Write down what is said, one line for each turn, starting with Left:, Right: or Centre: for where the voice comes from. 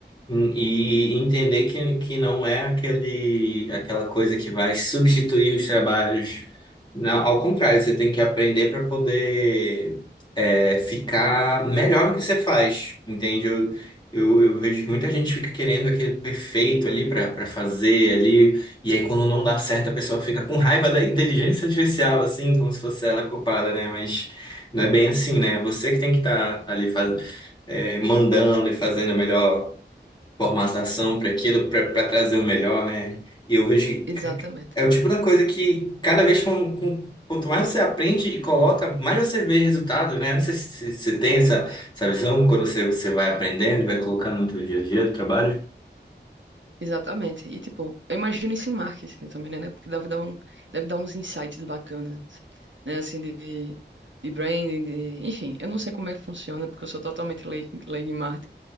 Left: E entender que, que não é aquele, aquela coisa que vai substituir os trabalhos. Não, ao contrário, você tem que aprender para poder é, ficar melhor no que você faz, entende? Eu, eu, eu vejo que muita gente fica querendo aquele perfeito ali para para fazer ali, e aí quando não dá certo a pessoa fica com raiva da inteligência artificial, assim, como se fosse ela culpada, né? Mas não é bem assim, né? Você que tem que estar ali fazendo, mandando e fazendo a melhor formatação para aquilo, para trazer o melhor, né? E eu vejo que
Right: Exatamente.
Left: é o tipo da coisa que cada vez com, com- quanto mais você aprende e coloca, mais você vê resultado, né? Não sei se se você tem essa, essa visão quando você, você vai aprendendo e vai colocando no seu dia a dia do trabalho.
Right: Exatamente. E tipo, eu imagino isso em marketing também, né? né? Porque deve dar um, deve dar uns insights bacanas, né? Assim, de, de branding, de... Enfim, eu não sei como é que funciona, porque eu sou totalmente leigo leigo em marketing.